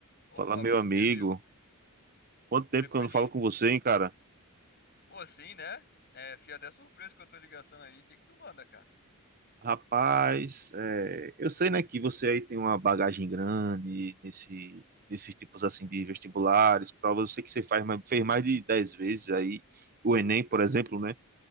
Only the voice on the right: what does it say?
Fala, meu
amigo.
Quanto tempo
que eu não falo com você, hein, cara?
Rapaz, é, eu sei, né, que você aí tem uma bagagem grande nesse, nesses tipos assim de vestibulares, provas. Eu sei que você faz, mais- fez mais de 10 vezes aí o Enem, por exemplo, né?